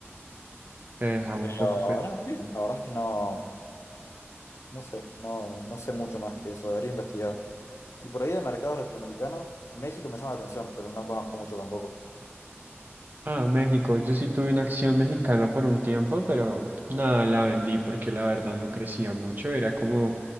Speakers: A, on the right; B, on the left.
A: te deja un
B: Pero
A: poco pensando.
B: no, bien, la verdad es que no, no sé, no, no sé mucho más que eso, debería investigar. Y por ahí de mercados latinoamericanos, México me llama la atención, pero no conozco mucho tampoco.
A: Ah, México, yo sí tuve una acción mexicana por un tiempo, pero nada, la vendí porque la verdad no crecía mucho. Era como